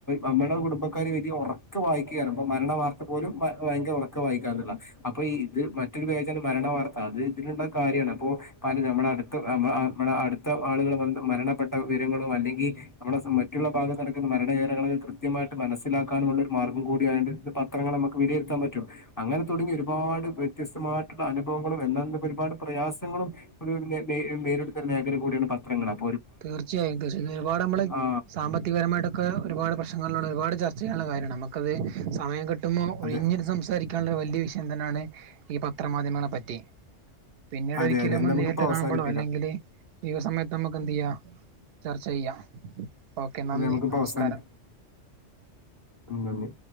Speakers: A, on the left; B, on the right.
A: നമ്മട കുടുബക്കാര് വലിയ ഒറ ക്ക വായിക്കയാണ് അപ്പോ മരണ വാർത്ത പോലും വയങ്കര ഉറക്ക വായിക്കാന്നുള്ള അപ്പൊ ഈ ഇത് മറ്റൊരു പേജാണ് മരണ വാർത്ത അത് ഇതിലുള്ള കാര്യണ് അപ്പോ പല നമ്മടെ അടുമ്മ അടുത്ത <unintelligible> ആളുകൾ വന്നട്ട് മരണ പ്പെട്ട വിവരങ്ങളോ അല്ലെങ്കിൽ നമ്മുടെ മറ്റുള്ള ഭാഗത്ത് നടക്കുന്ന മരണകാര്യങ്ങൾ കൃത്യമായിട്ട് മനസിലാക്കാനുള്ള ഒരു മാർഗം കൂടി അയിലിണ്ട് പത്രങ്ങൾ നമുക്ക് വിലയിരുത്താൻ പറ്റും അങ്ങനെ തുടങ്ങി ഒരുപാട് വ്യത്യസ്തമായിട്ടുള്ള അനുഭവം വങ്ങളും എല്ലാം ഒരുപാട് പ്രയാസങ്ങളും <unintelligible> നേരിടുന്ന മേഖല കൂടിയാണ് പത്രങ്ങള്
B: തീർച്ചയായും തീർച്ചയായും ഒരുപാട് നമ്മള്
A: ആ
B: സാമ്പത്തികപരമായിട്ടൊക്കെ ഒരുപാട് പ്രശ്നങ്ങള് ള്ള ഒരുപാട് ചർ ചെയ്യാനുള്ള കാര്യമാണ് നമുക്കത് സമയം കിട്ടുമ്പോ ഒഴിഞ്ഞിരുന്ന്
A: അതെ
B: സംസാരിക്കാ ള്ള വലിയ വിഷയം തന്നെയാണ് ഈ പത്രമാധ്യമങ്ങളെ പറ്റി പിന്നീട്
A: അതെ
B: ഒരിക്കല്
A: അതെ
B: നമ്മ
A: നമുക്കിപ്പോ
B: നേരിട്ട്
A: അവസാനിപ്പിക്കാം
B: കാണുമ്പളോ അല്ലെങ്കില് ഈ സമയത്ത് നമുക്ക് എന്തെയ്യ ചർച്ച ചെയ്യാം ഓക്കെ നന്ദി
A: അതെ നമുക്കിപ്പോ
B: നമസ്കാരം
A: അവസാനിപ്പിക്കാം നന്ദി